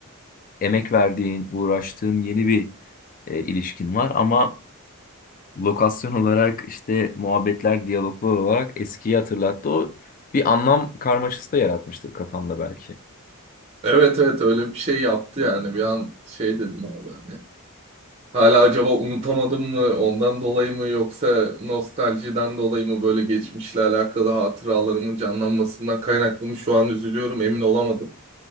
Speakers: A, on the left; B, on the right.
A: emek verdiğin, uğraştığın yeni bir e, ilişkin var ama Lokasyon olarak işte muhabbetler, diyaloglar olarak eskiyi hatırlattı. O bir anlam karmaşası da yaratmıştır kafanda belki.
B: Evet evet öyle bir şey yaptı yani bir an şey dedim abi hani. Hala acaba unutamadım mı ondan dolayı mı yoksa nostaljiden dolayı mı böyle geçmişle alakalı hatıralarımın canlanmasından kaynaklı mı şu an üzülüyorum emin olamadım.